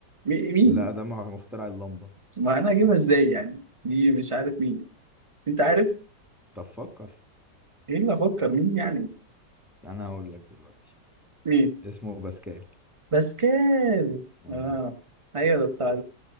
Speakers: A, on the right; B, in the centre.
A: مي- مين
B: لا ده مع- مخترع اللمبة
A: ما انا اجيبها ازاي يعني دي مش عارف مين انت عارف
B: طب فكر
A: ايه اللي افكر مين يعني
B: انا هقول لك دلوقتي
A: مين
B: اسمه باسكال
A: باسكال
B: اه
A: اه ايوه ده بتاع